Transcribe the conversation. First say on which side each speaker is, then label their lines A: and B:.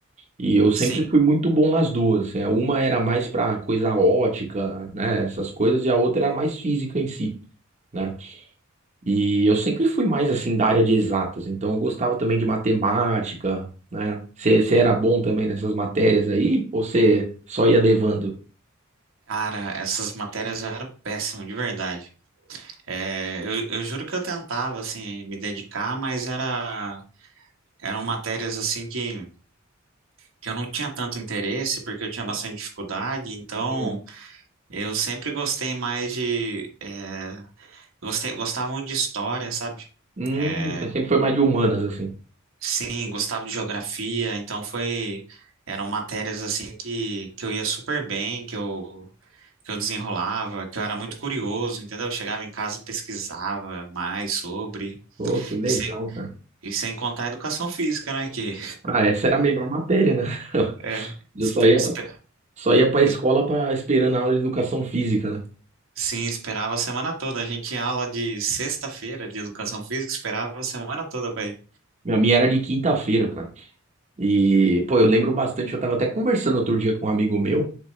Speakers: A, on the right; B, on the right.
A: E eu sempre
B: Sim,
A: fui muito bom nas duas. assim, né? Uma era mais pra coisa ótica, né? Essas coisas, e a outra era mais física em si. né? E eu sempre fui mais assim da área de exatas, então eu gostava também de matemática, né? Você era bom também nessas matérias aí? Ou você só ia levando?
B: cara, essas matérias eu era péssimo, de verdade. É, eu, eu juro que eu tentava, assim, me dedicar, mas era, eram matérias, assim, que, que eu não tinha tanto interesse, porque eu tinha bastante dificuldade, então
A: Hum,
B: eu sempre gostei mais de... É, gostei, gostavam de história, sabe?
A: Hum,
B: Eh,
A: você sempre foi mais de humanas, assim.
B: Sim, gostava de geografia, então foi, eram matérias assim que, que eu ia super bem, que eu, que eu desenrolava, que eu era muito curioso, entendeu? Eu chegava em casa, pesquisava mais sobre,
A: Pô, que legal,
B: e sem,
A: cara.
B: e sem contar a educação física, né? Que
A: Ah, essa era a melhor matéria, né? <laughs>
B: é,
A: Eu
B: espe-
A: só ia,
B: espe-
A: só ia pra escola
B: es-
A: pra, esperando a aula de educação física, né?
B: sim, esperava a semana toda. A gente tinha aula de sexta-feira de educação física, esperava a semana toda para ir.
A: A minha era de quinta-feira, cara. E, pô, eu lembro bastante, eu tava até conversando outro dia com um amigo meu.